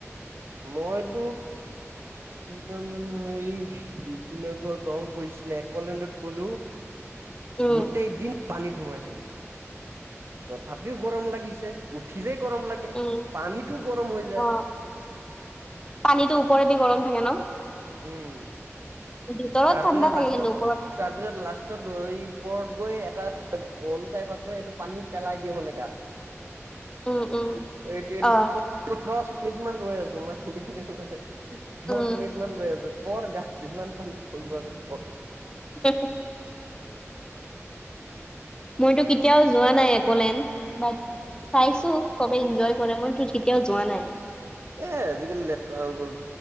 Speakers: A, on the right; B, on the left.
A: মইতো এই দুইদিনৰ ঘৰ গৰম পৰিছিলে একলেণ্ডত গ'লো। <unintelligible>
B: উম
A: গোটেই দিন পানীত সোমাই থাকিলো। তথাপিও গৰম লাগিছে উঠিলেই গৰম লাগে
B: উম
A: পানীটো গৰম হৈ যায়।
B: অ পানীটো ওপৰেদি গৰম থাকে ন।
A: উম।
B: ভিতৰত
A: তাৰপিছত
B: ঠাণ্ডা থাকে
A: লাষ্টত
B: কিন্তু ওপৰত
A: তাৰপিছত লাষ্ট ওপৰত গৈ এটা বল টাইপ আছে সেইটো পানীত পেলাই দিয়ে মানে গাত।
B: উম উম
A: এইটো এইটো
B: অ
A: দুফিতমান দূৰত ৰৈ আছো মাত শুনি শুনি
B: উম
A: ৰৈ আছো ওপৰত গাত ইমান পানী <unintelligible> থাকিব <unintelligible>
B: দেখো মইতো কেতিয়াও যোৱা নাই একলেণ্ড <unintelligible> চাইছো চবে ইঞ্জয় কৰে মইতো কেতিয়াও যোৱা নাই।
A: এ আজিকালি লেতেৰা হৈ গ'ল